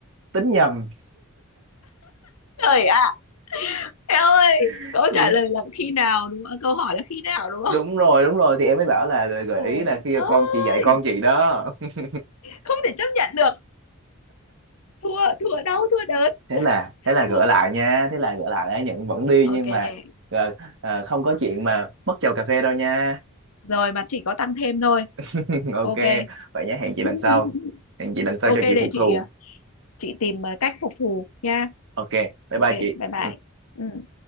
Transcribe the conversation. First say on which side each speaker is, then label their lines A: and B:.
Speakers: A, on the right; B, on the left.
A: tính nhầm
B: trời ạ em ơi
A: <laughs>
B: câu
A: Gì?
B: trả lời là khi nào đúng không à, câu hỏi là khi nào đúng không
A: đúng rồi đúng rồi thì em mới bảo là gợi
B: trời
A: ý là khi
B: ơi
A: con chị dạy con chị đó <laughs>
B: không thể chấp nhận được thua thua đau thua đớn
A: thế là thế là gỡ
B: thua
A: lại
B: kiểu
A: nha thế là gỡ lại đã nhận vẫn đi
B: ok
A: nhưng mà ờ, ờ, không có chuyện mà mất chầu cà phê đâu nha
B: rồi mà chỉ có tăng thêm thôi
A: <laughs> ok
B: ok
A: vậy nhé hẹn chị lần
B: <laughs>
A: sau hẹn chị lần sau
B: ok
A: cho chị
B: để
A: phục
B: chị
A: thù
B: chị tìm ờ, cách phục thù nha
A: ok bye
B: ok
A: bye
B: bye
A: chị
B: bye Ừ.